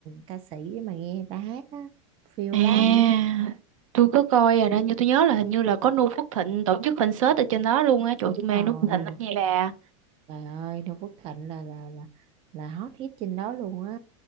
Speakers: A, on the right (about 35°); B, on the right (about 90°).
A: ca sĩ để mà nghe người ta hát á phiêu
B: Ừ. À,
A: lắm
B: tôi có coi rồi đó, nhưng tôi nhớ là hình như là có Nu Phước Thịnh tổ chức concert ở trên đó luôn á. Trời, tôi mê
A: rồi
B: Nu Phước Thịnh lắm nha bà.
A: trời ơi Noo Phước Thịnh là là là là hot hit trên đó luôn á